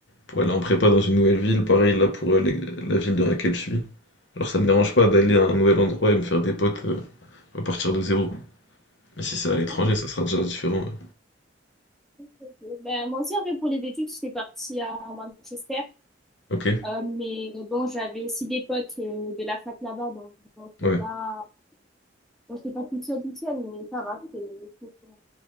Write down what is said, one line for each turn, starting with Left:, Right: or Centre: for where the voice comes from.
Left: pour aller en prépa dans une nouvelle ville. Pareil, là, pour aller- la ville dans laquelle je suis. Alors, ça me dérange pas d'aller à un nouvel endroit et me faire des potes. euh, On va partir de zéro. Mais si c'est à
Centre: D'accord,
Left: l'étranger, ça sera déjà différent. ouais.
Centre: ok. Ben, moi aussi, après, pour les études, j'étais partie à Manchester.
Left: Ok,
Centre: Euh, mais euh, bon, j'avais aussi des potes euh, de la fac là-bas, donc bon, c'est
Left: ouais,
Centre: pas, bon, c'est pas toute seule, toute seule, mais ça va, c'est c'est cool.